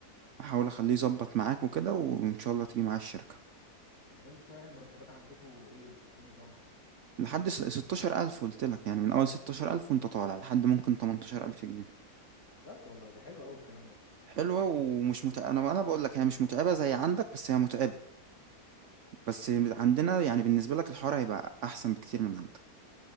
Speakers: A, on the right (about 65°); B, on the left (about 65°).
A: احاول اخليه يظبط معاك وكده وان شاء الله تيجي معايا الشركة
B: طب انتوا صحيح المرتبات عندكم ايه ايه نظامها
A: لحد س- 16000 قلت لك يعني من اول 16000 وانت طالع لحد ممكن 18000 جنيه
B: بجد والله ده حلو قوي الكلام ده
A: حلوة ومش متعبة انا انا بقول لك هي مش متعبة زي عندك بس هي متعبة بس عندنا يعني بالنسبة لك الحوار هيبقى احسن بكتير من عندك